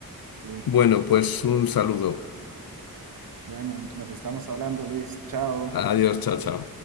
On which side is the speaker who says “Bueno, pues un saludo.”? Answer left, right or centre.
Left